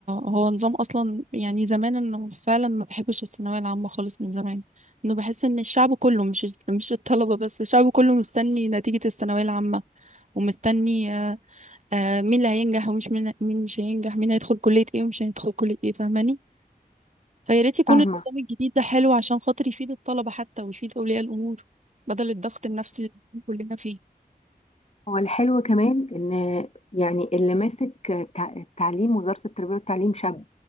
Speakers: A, on the right; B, on the left.
A: هو نظام اصلا يعني زمان انه فعلا ما بحبش الثانويه العامه خالص من زمان انه بحس ان الشعب كله مش مش الطلبه بس الشعب كله مستني نتيجه الثانويه العامه ومستني آه، آه، مين اللي هينجح ومش مين مين مش هينجح مين هيدخل كليه ايه ومش هيدخل كليه ايه فاهماني فيا ريت يكون
B: فاهمة
A: النظام الجديد ده حلو عشان خاطر يفيد الطلبة حتى ويفيد أولياء الأمور بدل الضغط النفسي اللي كلنا فيه
B: هو الحلو كمان ان يعني اللي ماسك تع- التعليم وزارة التربية والتعليم شاب